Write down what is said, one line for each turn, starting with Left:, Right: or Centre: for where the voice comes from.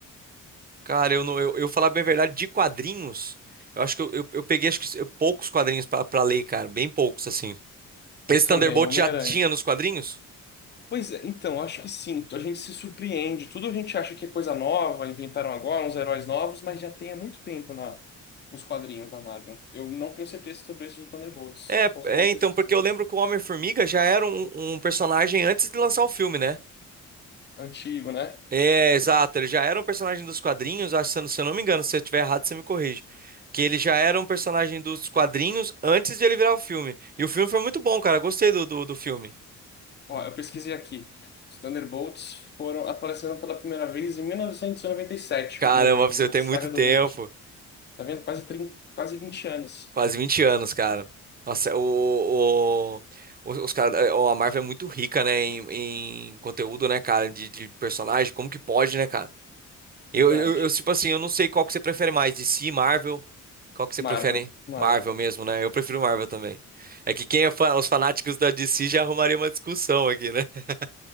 Right: Cara, eu, não, eu, eu falar bem a verdade, de quadrinhos, eu acho que eu, eu, eu peguei acho que, poucos quadrinhos pra, pra ler, cara, bem poucos, assim.
Left: mas
Right: Esse
Left: <laughs> também
Right: Thunderbolt
Left: é Homem-Aranha.
Right: já tinha nos quadrinhos?
Left: Pois é, então, acho que sim. A gente se surpreende. Tudo a gente acha que é coisa nova, inventaram agora uns heróis novos, mas já tem há muito tempo na, nos quadrinhos da Marvel. Eu não tenho certeza sobre esse do Thunderbolts.
Right: É,
Left: Posso
Right: é,
Left: dar uma
Right: então,
Left: pesquisada.
Right: porque eu lembro que o Homem-Formiga já era um, um personagem antes de lançar o filme, né?
Left: Antigo, né?
Right: É, exato, ele já era um personagem dos quadrinhos, acho, se eu não se eu não me engano, se eu estiver errado, você me corrige. Que ele já era um personagem dos quadrinhos antes de ele virar o filme. E o filme foi muito bom, cara, eu gostei do, do, do filme.
Left: Ó, eu pesquisei aqui. Os Thunderbolts foram aparecendo pela primeira vez em 1997,
Right: Caramba,
Left: no,
Right: pra você
Left: na
Right: tem
Left: saga
Right: muito tempo.
Left: do Hulk. Tá vendo? Quase, trinta quase vinte anos.
Right: Quase 20 anos, cara. Nossa, o, o- os, os cara, a Marvel é muito rica, né, em, em conteúdo, né, cara, de, de personagem. Como que pode, né, cara? Eu,
Left: Verdade.
Right: eu, eu, tipo assim, eu não sei qual que você prefere mais, DC, Marvel. Qual que você
Left: Marvel,
Right: prefere?
Left: Marvel.
Right: Marvel mesmo, né? Eu prefiro Marvel também. É que quem é fã, os fanáticos da DC já arrumaria uma discussão aqui, né? <laughs>